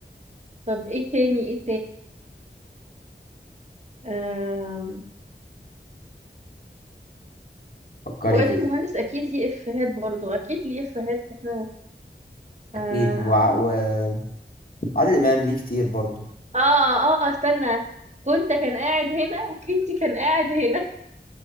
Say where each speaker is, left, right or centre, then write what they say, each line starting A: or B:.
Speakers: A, on the right; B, on the left.
A: طب ايه تاني ايه تاني
B: فكري
A: فؤاد
B: كده
A: المهندس اكيد ليه افيهات برضو اكيد ليه افيهات احنا آه,
B: اكيد وع... وعادل امام ليه كتير برضو
A: اه اه استنى كنت كان قاعد هنا وكنت كان قاعد هنا